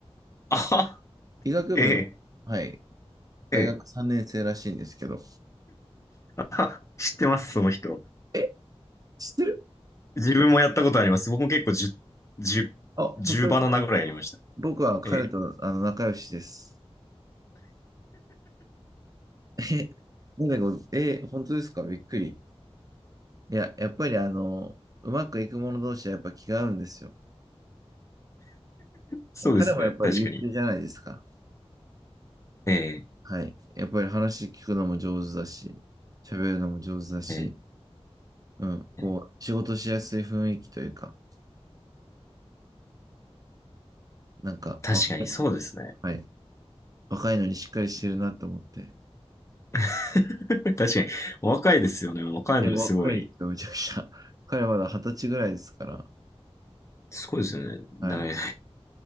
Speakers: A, on the left; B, on the right.
A: あは、
B: 医学部の、
A: ええ、
B: はい、大学3年生らしいんですけど、
A: ええ、あは知ってます、その人。
B: え知ってる
A: 自分もやったことあります。僕も結構10、10、
B: あ、
A: 10バナナぐらいやりました。
B: 本当ですか僕は彼とあの仲良しです。
A: ええ、
B: え、なんでえ、本当ですかびっくり。いや、やっぱりあの、うまくいく者同士はやっぱ気が合うんですよ。
A: そうですね、
B: 彼もやっぱり優秀じゃないですか。
A: 確かに。ええ、
B: はい。やっぱり話聞くのも上手だし、喋るのも上手だし、
A: ええ、
B: うん、こう、
A: ええ
B: 仕事しやすい雰囲気というか、なんか、
A: 確かにそうですね。
B: 若い、はい、若いのにしっかりしてるなと思って、
A: <laughs> 確かに。お若いですよね。お若いのにすごい。
B: いや、若いですよ、めちゃくちゃ。<laughs> 彼はまだ二十歳ぐらいですから。
A: すごいですよね。だめだ。
B: はい。